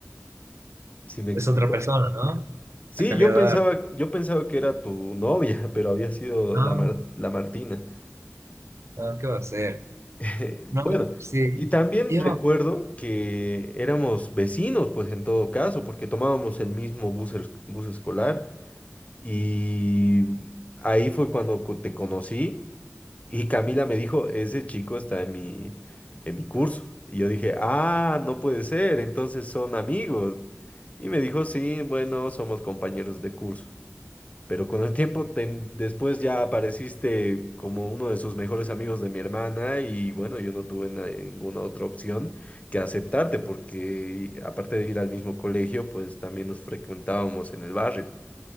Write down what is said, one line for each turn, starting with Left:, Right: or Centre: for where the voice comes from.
Left: ¿Si me explico?
Right: Es otra persona, ¿no?
Left: Sí,
Right: Ha cambiado
Left: yo pensaba,
Right: de edad.
Left: yo pensaba que era tu novia, <laughs> pero había sido
Right: No,
Left: la Mar- la Martina.
Right: no, ¿qué va a hacer?
Left: <laughs> Bueno,
Right: No, sí.
Left: y también
Right: Yo
Left: recuerdo
Right: me-
Left: que éramos vecinos, pues en todo caso, porque tomábamos el mismo bus, es- bus escolar y ahí fue cuando co- te conocí y Camila me dijo, ese chico está en mi, en mi curso. Y yo dije, ah, no puede ser, entonces son amigos. Y me dijo, sí, bueno, somos compañeros de curso. Pero con el tiempo, te después ya apareciste como uno de sus mejores amigos de mi hermana y bueno, yo no tuve na- ninguna otra opción que aceptarte porque aparte de ir al mismo colegio, pues también nos frecuentábamos en el barrio.